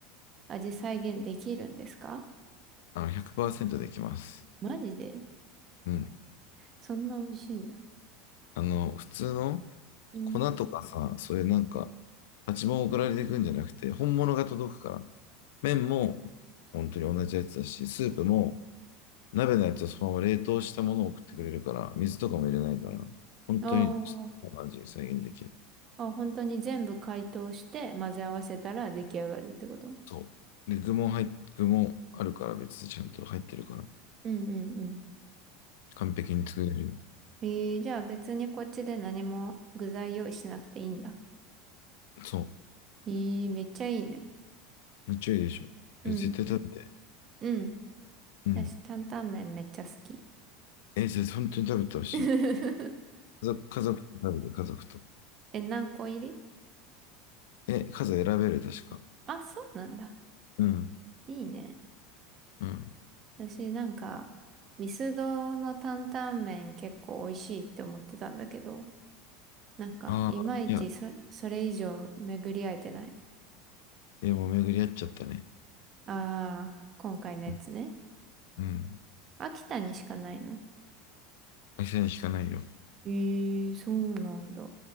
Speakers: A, on the right; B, on the left.
A: 味再現できるんですか
B: あの、100%できます。
A: マジで
B: うん。
A: そんな美味しいんだ。
B: あの、普通の
A: うん。
B: 粉とかさ、それなんか、パチモン送られてくんじゃなくて、本物が届くから。麺も本当に同じやつだし、スープも鍋のやつはそのまま冷凍したものを送ってくれるから、水とかも入れないから、本当にその味再現できる。
A: あーあ、本当に全部解凍して混ぜ合わせたら出来上がるってこと
B: そう。で、具も入っ、具もあるから別でちゃんと入ってるから、
A: うんうんうん。
B: 完璧に作れるよ。
A: えー、じゃあ別にこっちで何も具材用意しなくていいんだ。
B: そ
A: えー、めっちゃいいね。
B: う。めっちゃいいでしょ。
A: うん。
B: え、絶対食べて。
A: うん。
B: うん。
A: 私、担々麺めっちゃ好き。
B: え、絶対本当に食べてほしい。
A: <laughs>
B: 家族、家族と食べて、家族と。
A: え、何個入り
B: え、数選べる、確か。
A: あ、そうなんだ。
B: うん。
A: いいね。
B: うん。
A: 私なんか、ミスドの担々麺結構美味しいって思ってたんだけど、なんか、
B: ああ、
A: いまいちそ、
B: いや、
A: それ以上巡り合えてない。
B: いやもう巡り合っちゃったね。
A: ああ、今回のやつね。
B: うん。うん。
A: 秋田にしかないの
B: 会社に引かないよ。
A: ええー、そうなんだ。